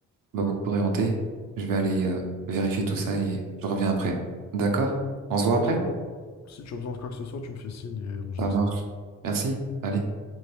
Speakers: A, on the right; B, on the left.
A: m'a beaucoup orienté. Je vais aller euh, vérifier tout ça et je reviens après. D'accord? On se voit
B: Ok,
A: après?
B: top. Si tu as besoin de quoi que ce soit, tu me fais signe et on gère
A: Ça marche.
B: ça.
A: Merci. Allez.